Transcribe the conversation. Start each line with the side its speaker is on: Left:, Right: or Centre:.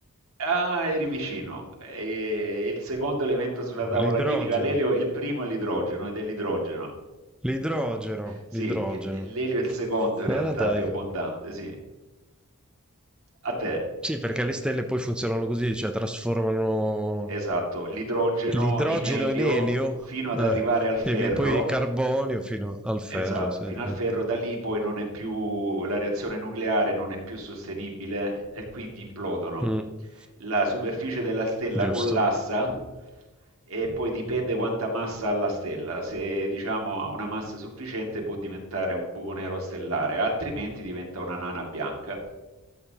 Right: Ah, eri vicino. E il secondo elemento sulla tavola
Centre: l'idrogeno,
Right: chimica, l'elio, il primo è l'idrogeno, ed è l'idrogeno.
Centre: l'idrogeno,
Right: Sì,
Centre: l'idrogeno.
Right: il- l'elio è il secondo in
Centre: Ah,
Right: realtà
Centre: dai.
Right: più abbondante, sì. A te.
Centre: Sì, perché le stelle poi funzionano così, cioè trasformano
Right: Esatto, l'idrogeno
Centre: l'idrogeno
Right: in elio
Centre: in elio,
Right: fino ad
Centre: eh,
Right: arrivare al ferro.
Centre: e vi- poi carbonio fino al ferro,
Right: Esatto,
Centre: sì,
Right: fino
Centre: eh.
Right: al ferro da lì poi non è più la reazione nucleare non è più sostenibile e quindi implodono.
Centre: Mm.
Right: La superficie della stella
Centre: Giusto,
Right: collassa e poi dipende quanta massa ha la stella. Se diciamo ha una massa sufficiente può diventare un buco nero stellare, altrimenti diventa una nana bianca.